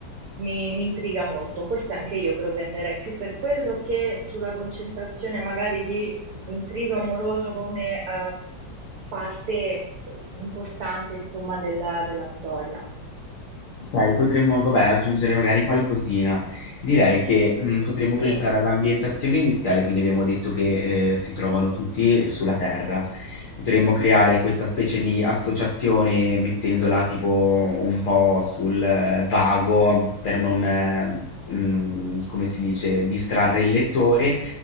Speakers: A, on the right; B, on the left.
A: Mi, mi intriga molto, forse anche io propenderei più per quello che sulla concentrazione magari di intrigo amoroso come eh, parte importante, insomma, della, della storia.
B: Ok, potremmo, vabbè, aggiungere magari qualcosina. Direi che mm, potremmo pensare
A: Sì.
B: all'ambientazione iniziale, quindi abbiamo detto che eh, si trovano tutti sulla Terra. Potremmo creare questa specie di associazione mettendola tipo un po' sul eh, vago per non, eh, mm, come si dice, distrarre il lettore